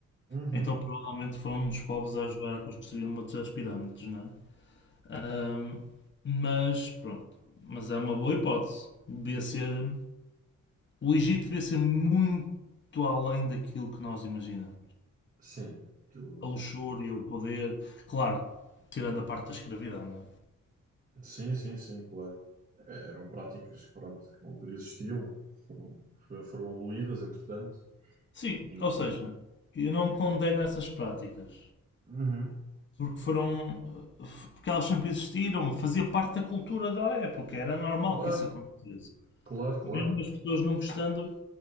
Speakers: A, on the right; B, on the left.
A: Uhum.
B: então provavelmente foi um dos povos a ajudar a construir uma das pirâmides, não é? Ah, mas pronto, mas é uma boa hipótese. Devia ser O Egito devia ser muito além daquilo que nós imaginamos.
A: Sim, aquilo...
B: A luxúria, o poder, claro, tirando a parte da escravidão, não é?
A: sim, sim, sim, claro. É, eram práticas, pronto, que na altura existiam, foram, foram abolidas, entretanto.
B: Sim,
A: Mas-
B: ou seja, eu não condeno essas práticas.
A: Uhum.
B: Porque foram. Porque elas sempre existiram, fazia parte da cultura da época, era normal
A: Claro,
B: que isso acontecesse.
A: claro, claro.
B: Mesmo as pessoas não gostando,